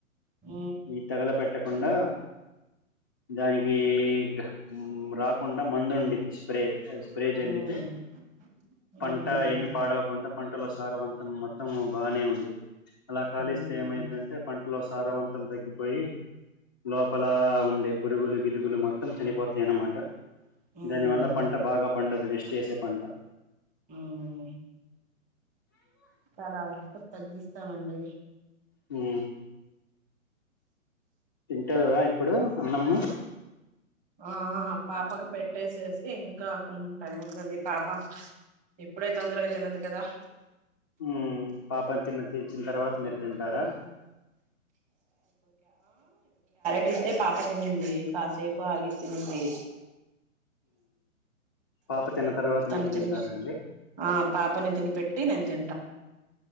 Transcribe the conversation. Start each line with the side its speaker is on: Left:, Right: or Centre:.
Right: మ్
Left: ఈ తగల పెట్టకుండా దానికి మ్మ్ రాకుండా మందు ఉండిద్ది స్ప్రే స్ప్రే జల్లితే
Right: మ్ మ్
Left: పంట ఏమి పాడవకుండా పంటల సారవంతం మొత్తం బానే ఉంది అలా కాలీస్తే
Right: మ్
Left: ఏమైద్ అంటే పంటలో సారవంతం తగ్గిపోయి లోపల ఉండే పురుగులు గిరుగులు మొత్తం చనిపోతాయ అనమాట
Right: మ్
Left: ట దాని వల్ల పంట బాగా పండ్ అది నిశ్చేసే పంట
Right: మ్మ్ చాలా అస తగ్గిస్తామండి
Left: ఆ తింటాదా ఇప్పుడు అన్నమ్ము
Right: ఆ పాపకు పెట్టేసేసి ఇంకా కొంచెం టైం ఉందంది పాప ఎప్పుడై తొందరగా తినదు కదా
Left: ఉ పాపం తిన్న పంచిన తర్వాత మీరు తంటారా
Right: ప్రస్తే పాప తిన్నది కాసేపు ఆగి తినిద్ది
Left: పాప తిన్న తర్వాత
Right: తను
Left: మీరు
Right: తిని
Left: తింటారండి
Right: ఆ పాపని తిని పేట్టి నేను తి